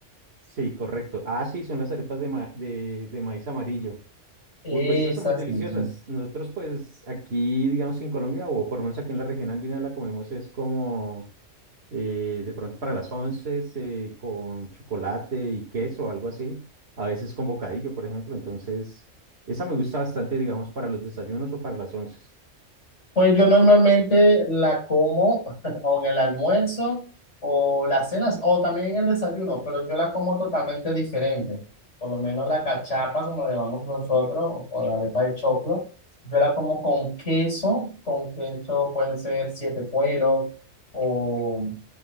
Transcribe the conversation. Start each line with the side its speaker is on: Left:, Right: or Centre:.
Right: sí, correcto. Ah, sí, son las arepas de, ma- de, de maíz amarillo.
Left: Esas
Right: Uy, pues estas son muy deliciosas.
Left: mismas.
Right: Nosotros, pues, aquí, digamos que en Colombia, o por lo menos aquí en la región andina, la comemos es como eh, de pronto para las once, eh, con chocolate y queso, algo así. A veces con bocadillo, por ejemplo. Entonces, esa me gusta bastante, digamos, para los desayunos o para las once.
Left: Pues yo normalmente la como <laughs> o en el almuerzo o las cenas o también en el desayuno, pero yo la como totalmente diferente. Por lo menos la cachapa, como le llamamos nosotros, o, o la arepa de choclo, yo la como con queso, con queso pueden ser siete cueros o